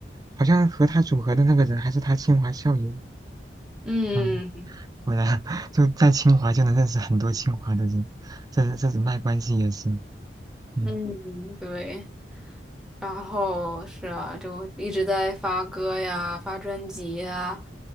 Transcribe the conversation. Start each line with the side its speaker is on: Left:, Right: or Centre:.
Right: 好像和他组合的那个人还是他清华校友。
Centre: 嗯
Right: 嗯，果然 <laughs> 就在清华就能认识很多清华的人，这这人脉关系也是。嗯，
Centre: 嗯，对。然后是啊，就一直在发歌呀、发专辑呀、